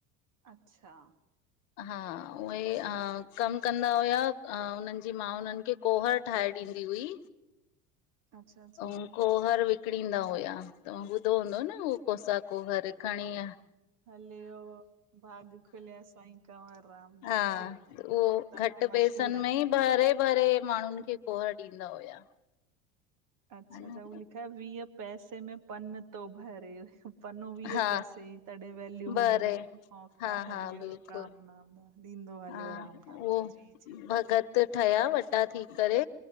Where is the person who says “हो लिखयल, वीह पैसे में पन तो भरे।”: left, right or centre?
Right